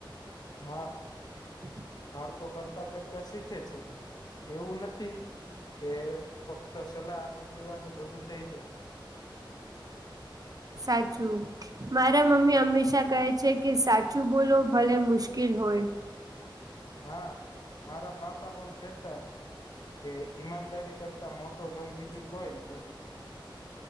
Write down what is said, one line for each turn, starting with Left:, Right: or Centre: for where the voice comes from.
Left: હા.. અ
Right: હ <unintelligible>
Left: બાળકો કરતા કરતા શીખે છે. એવું નથી કે ફક્ત સલાહ આપી દેવાનું બધું થઈ જાય.
Right: સાચું. મારા મમ્મી હંમેશા કહે છે કે સાચું બોલો ભલે મુશ્કેલ હોય.
Left: હા મારા પાપા પણ કેતા. કે ઈમાનદારી કરતા મોટો ધન બીજું કોઈ જ નથી.